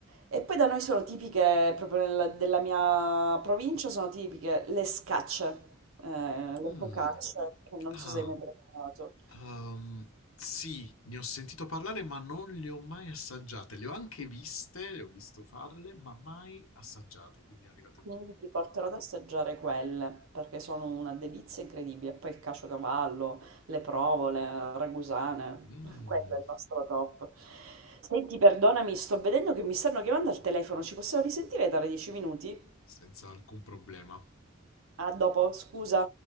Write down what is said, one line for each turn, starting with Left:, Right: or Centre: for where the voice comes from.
Right: E poi da noi sono tipiche, proprio nella- della mia provincia, sono tipiche le scacce, eh, le
Left: Mm.
Right: focacce, che non
Left: Ah,
Right: so se hai mai provato.
Left: um, sì, ne ho sentito parlare, ma non le ho mai assaggiate. Le ho anche viste, le ho visto farle, ma mai assaggiate, quindi è arrivato il
Right: Quindi
Left: momento.
Right: ti porterò ad assaggiare quelle, perché sono una delizia incredibile. E Poi il caciocavallo, le provole, ragusane,
Left: Mm,
Right: <laughs> quello è il nostro top. Senti, perdonami, sto vedendo che mi stanno chiamando al telefono, ci possiamo risentire tra dieci minuti?
Left: senza alcun problema.
Right: Ah, dopo, scusa.